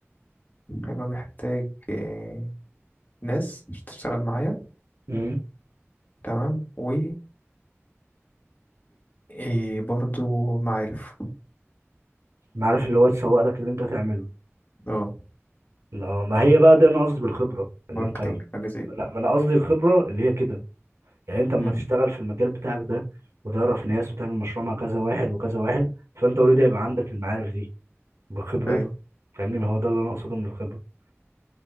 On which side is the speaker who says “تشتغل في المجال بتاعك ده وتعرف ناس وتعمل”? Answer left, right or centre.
Right